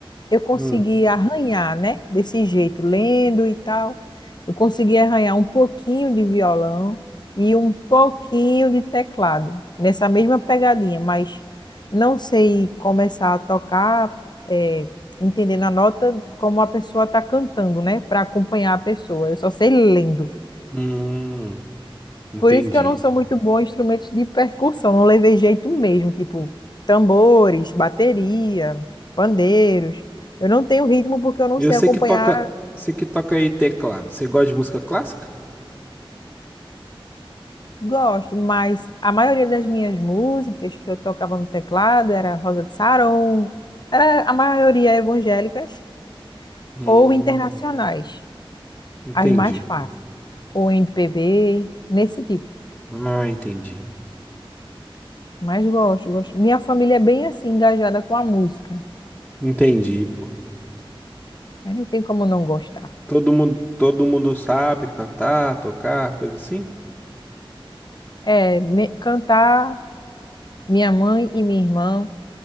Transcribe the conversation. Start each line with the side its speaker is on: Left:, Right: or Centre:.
Left: eu consegui
Centre: Hum,
Left: arranhar, né? Desse jeito, lendo e tal. Eu consegui arranhar um pouquinho de violão e um pouquinho de teclado, nessa mesma pegadinha, mas não sei começar a tocar, eh, entendendo a nota como a pessoa está cantando, né? Para acompanhar a pessoa. Eu só sei lendo.
Centre: hum, entendi.
Left: Por isso que eu não sou muito boa em instrumentos de percussão, não levei jeito mesmo, tipo tambores, bateria, pandeiros. Eu não tenho ritmo porque eu não
Centre: Eu
Left: sei
Centre: sei
Left: acompanhar,
Centre: que toca, sei que toca aí teclado. Você gosta de música clássica?
Left: gosto, mas a maioria das minhas músicas que eu tocava no teclado era Rosa de Saron, era a maioria evangélicas
Centre: Hum,
Left: ou internacionais,
Centre: entendi.
Left: as mais fáceis, ou MPB, nesse tipo.
Centre: Ah, entendi.
Left: Mas gosto, gosto. Minha família é bem assim engajada com a música.
Centre: Entendi, pô.
Left: Aí não tem como não gostar.
Centre: Todo mundo, todo mundo sabe cantar, tocar, coisa assim?
Left: É, me- cantar minha mãe e minha irmã.